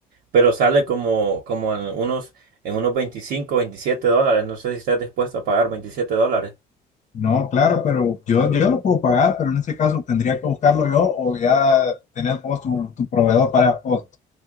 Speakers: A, on the right (about 80°); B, on the left (about 45°).
A: pero sale como, como en unos, en unos 25, 27 dólares. No sé si estás dispuesto a pagar 27 dólares.
B: No, claro, pero yo, yo lo puedo pagar, pero en ese caso tendría que buscarlo yo o ya tener vos tu, tu proveedor para vos.